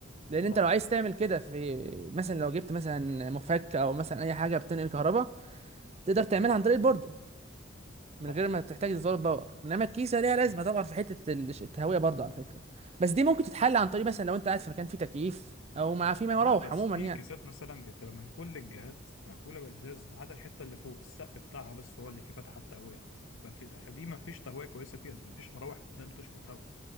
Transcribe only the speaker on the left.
صح
صح
تمام
لا بس
في
كيسات مثلا بتبقى من كل الجهات مقفوله بازاز ما عدا الحته اللي فوق السقف بتاعها بس هو اللي فيه فتحات تهويه ففي- فدي ما فيش تهويه كويسه فيها ما فيش مراوح قدام تشفط هوا